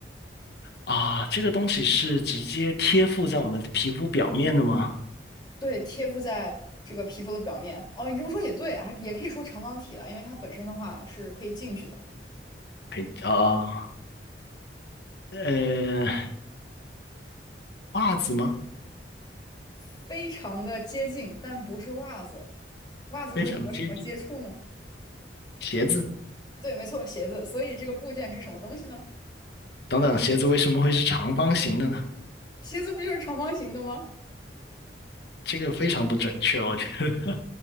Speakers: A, on the left; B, on the left.
A: 啊，这个东西是直接贴附在我们皮肤表面的吗？
B: 对，贴附在这个皮肤的表面。哦，你这么说也对啊，也可以说长方体了，因为它本身的话是可以进去的。
A: 可以啊，呃，袜子吗？
B: 非常的接近，但不是袜子。袜子会和什么接触呢？
A: 非常接近。鞋子
B: 对，没错，鞋子。所以这个部件是什么东西呢？
A: 等等，鞋子为什么会是长方形的呢？
B: 鞋子不就是长方形的吗？<laughs>
A: 这个非常不准确，我觉得。<laughs>